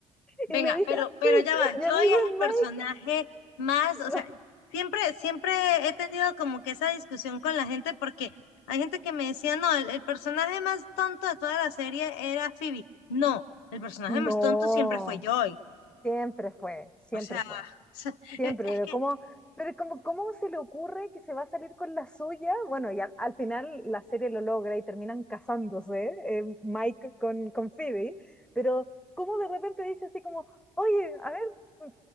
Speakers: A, on the left; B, in the centre.
A: Venga,
B: Y le dice,
A: pero,
B: ah,
A: pero
B: sí,
A: ya va,
B: mi
A: Joy
B: amigo
A: es
B: es
A: el personaje más, o
B: Mike,
A: sea, siempre, siempre he tenido como que esa discusión con la gente porque hay gente que me decía, no, el, el personaje más tonto de toda la serie era Phoebe. No, el personaje
B: No,
A: más tonto siempre fue Joy.
B: siempre fue, siempre
A: O sea,
B: fue,
A: <laughs> o sea,
B: siempre,
A: es es
B: pero
A: que
B: ¿cómo, pero cómo, cómo se le ocurre que se va a salir con la suya? Bueno, y al, al final la serie lo logra y terminan casándose, eh, Mike con, con Phoebe, pero ¿cómo de repente dice así como, oye, a ver, mm,